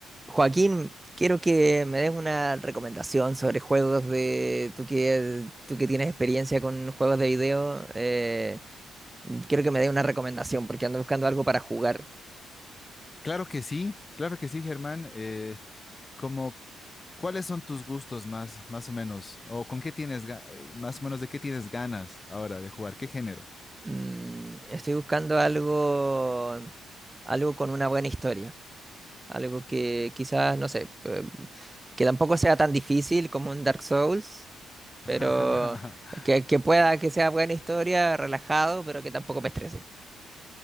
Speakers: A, on the right; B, on the left.
A: Joaquín, quiero que me des una recomendación sobre juegos de... Tú que, tú que tienes experiencia con juegos de video, eh, quiero que me des una recomendación porque ando buscando algo para jugar.
B: Claro que sí, claro que sí, Germán. Eh, como, ¿cuáles son tus gustos más, más o menos? ¿O con qué tienes, ga- eh, más o menos de qué tienes ganas ahora de jugar? ¿Qué género?
A: Mm, estoy buscando algo, algo con una buena historia, algo que quizás, no sé, pe- que tampoco sea tan difícil como un Dark Souls,
B: <laughs>
A: pero que, que pueda que sea buena historia, relajado, pero que tampoco me estrese.